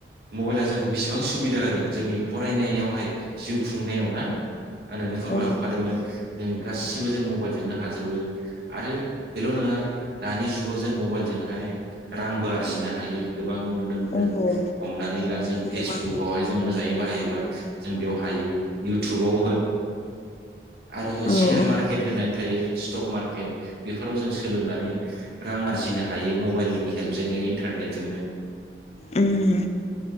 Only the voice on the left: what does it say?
औ
औ
गोबां
औ
उम